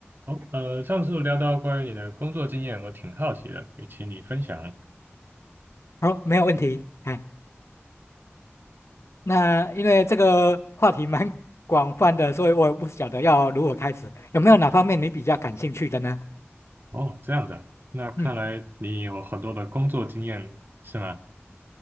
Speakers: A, on the right (about 50°); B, on the left (about 80°).
A: 好，呃，上次聊到关于你的工作经验，我挺好奇的，也请你分享。
B: 好，没有问题。哎，那因为这个话题蛮 <laughs> 广泛的，所以我也不晓得要如何开始。有没有哪方面你比较感兴趣的呢？
A: 哦，这样子啊，那看来你有很多的工作经验，
B: 嗯，
A: 是吗？